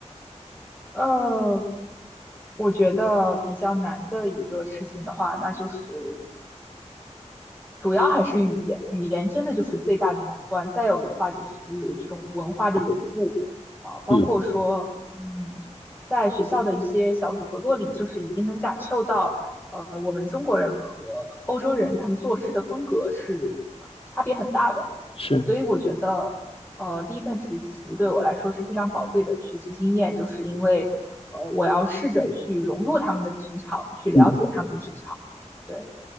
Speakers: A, on the left (about 15°); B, on the left (about 50°).
A: 呃，我觉得比较难的一个事情的话，那就是主要还是语言，语言真的就是最大的难关。再有的话就是这种文化的融入啊、呃包括说，
B: 嗯，
A: 嗯，在学校的一些小组合作里，就是已经能感受到，呃，我们中国人和欧洲人他们做事的风格是差别很大的。
B: 是，
A: 所以我觉得，呃，第一份实习对我来说是非常宝贵的学习经验，就是因为，呃，我要试着去融入他们的职场，去了解他们的职场。
B: 嗯，
A: 对，